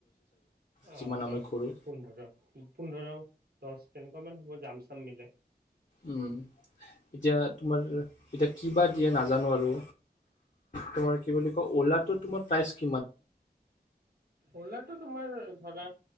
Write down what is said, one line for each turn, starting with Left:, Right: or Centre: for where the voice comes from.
Left: যিমান
Right: অ
Left: আমি
Right: দহ-
Left: ঘূৰোঁ।
Right: পোন্ধৰ, পোন্ধৰ- দহ। তেনেকুৱাামান হ'ব যাম চাম মিলাই।
Left: উম- এতিয়া- তোমাৰ এতিয়া কিবা- কিযে নাজানো আৰু তোমাৰ কি বুলি? অ'লাটোতোমাৰ প্ৰাইচ কি হ'ব?
Right: অ'লাটো তোমাৰ- ধৰা